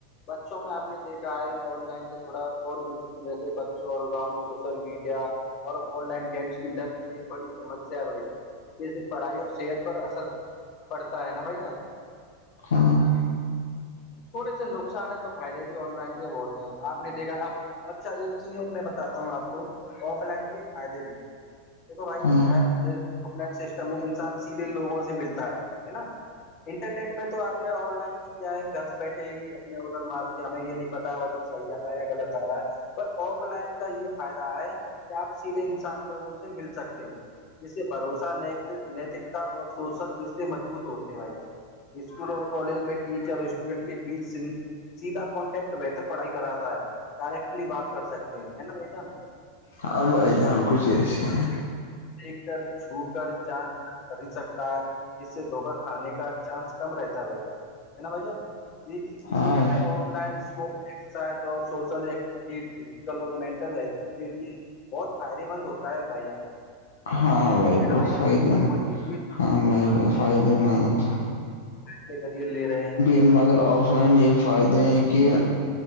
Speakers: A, on the left; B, on the left.
A: بچوں میں آپ نے دیکھا ہے آن لائن سے تھوڑا اور بھی ن <unintelligible> جیسے بچوں اور گاؤں میں سوشل میڈیا اور آن لائن <unintelligible> گمس کی لت بھی ایک بڑی سمسیا رہی ہےسے پڑھائی اور صحت پر اثر پڑتا ہے نا بھائی جان
B: ہاں <unintelligible>
A: تھوڑے سے نقصان ہے تو فائدے بھی آن لائن کے بہتے ہیں آپ نے دیکھا اب اچھا ایک چیز اور میں بتاتا ہوں آپ کو کو آف لائن کے فائدے بھی ہیں دیکھو بھائی
B: ہاں
A: دن د آن لائن سسٹم میں انسان سیدھے لوگوں سے ملتا ہے ہے نا انٹرنیٹ میں تو آپ نے آن لائن میں کیا ہے گھر سے بیٹھے ہی اپنے آڈر مارتی ہے ہمیں یہ نہیں پتا ہے آرڈر صحیح آ رہا غط آ رہا ہے پر آف لائن کا یہ فائدہ ہے کہ آپ سیھے انسان لوگوں سے مل سکتے ہیں ج سے بھروسہ ن نیتکتا اور سوشل رشتے مضبوط ہوتے ہیں بھیا اسکول اور کالج میں ٹیچر ونٹ کے بیچ سے سیدھا کانٹیکٹ بہتر پڑھائی کر رہا ہے ڈائریکٹلی بات کر سکتے ہے نا وھ گان <unintelligible>
B: ہاں بھائی جان کچھ ایسی ہے
A: دیک کر چھو کر جانچ کر ہی سکتا ہے <unintelligible> جس سے دھوکا کھانے کا چانس کم رہتا ہے بھائی جان <unintelligible> ہے نا بھ جان اسی
B: ہاں
A: طرح آف لائن اسپ <unintelligible> اور سوشل ایکٹیوٹیز فیزیکل اور مینٹل ھ کے لیے بہت فائدے مند ہوتا ہے بھائی جان
B: ہاں بھائی
A: ہے نا
B: بہت
A: جان
B: فائدے میں
A: کوئی بھی چیز
B: ہاں بائی فائدے مند ہو تھا
A: اس کے ذریعے لے رہے ہیں <unintelligible>
B: مگر آف لائن یہ فائدے ہیں کہ